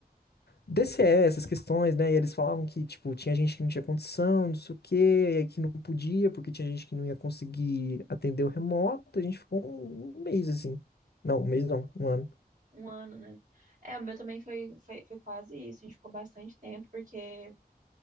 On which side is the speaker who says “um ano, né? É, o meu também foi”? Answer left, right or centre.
Right